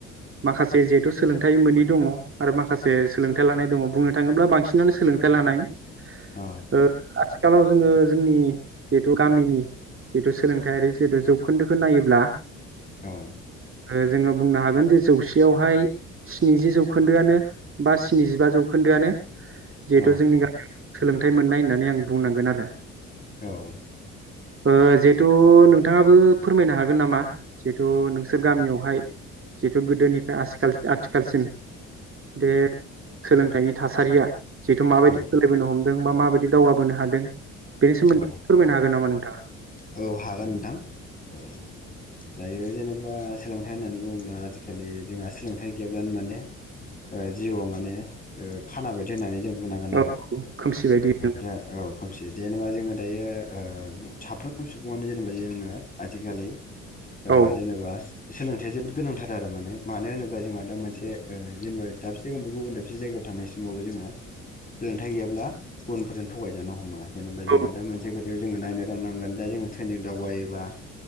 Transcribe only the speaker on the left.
औ
औ।
औ
औ।
औ
औ
औ हागोन नोंथां औ। दायो जेनेबा सोलोंथाइ होननानै बुङोब्ला आजिखालि जोंहा सोलोंथाइ गैयाब्लानो माने जिउआव माने खाना बायदि होननानै जों बुंनांगोन आरो
दा औ। खोमसि। जेनेबा जोङो ओ दायो साफ्रोम सुबुङानो जेनेबा जोङो आथिखालि ओ
जेनेबा सोलोंथाइा जोबोद गोनांथार आरो माने मानो होनोबा जोंहा दा मोनसे जेनेबा दाबसे एमबा गुबुन दाबसे जायगायाव थानायनाय समावबो जोङो सोलोंथाइ गैयाब्ला गुबुनफोरजों थगायजानो हमो। जेनेबा जोंहा
दा मोन खोथायाव। जोङो नायनो थांनांगोन दा जोङो ट्रेनजों दावबायोबा।